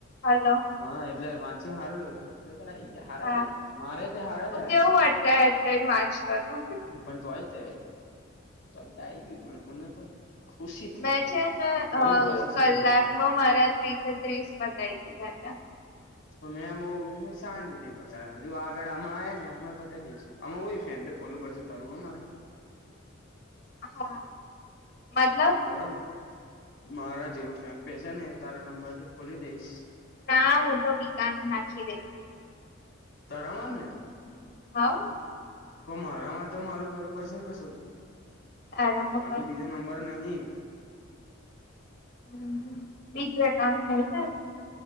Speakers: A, on the left; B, on the left.
A: હલો.
B: હા, એટલે વાંચ્યું સારું લઉં, તું એટલે તઈ ગયા. હાર
A: હા
B: પ મારે તે હારા
A: તું
B: જયા
A: કેવું
B: છે.
A: અટકાઈ અટકાઈને વાંચતો હતો
B: <unintelligible> તય તે, તય તો આ મને તો ખુશી થઈ
A: મેં છે ને,
B: હજુ પ્રોસેસિંગમાં
A: કલાકમાં
B: છે.
A: મારા ત્રીસે-ત્રીસ પતાવી દીધા હતા.
B: તો મેં બહુ મે શાંત દીધી હતા, હજુ આગળ આમાં આ ને અમે પતાવી દઈશું. આમાં હો, ફેમ પે ખોલુંડ તાર હ મારે
A: હા, મતલબ?
B: બરોબર, મારા જેવું ફેમ પે છે ને, એ તારા નંબર થી ખોલી દઈશ.
A: ના, હું તો કિકાન નાખી દઈશ.
B: તો રહેવા દે.
A: હા.
B: પણ મારા માં તો મારું કરવું પડશે ને, કશું
A: તારામાં
B: મા તો બીજો નંબર નહી.
A: હ, બીજું એક આામ નઈ તારું.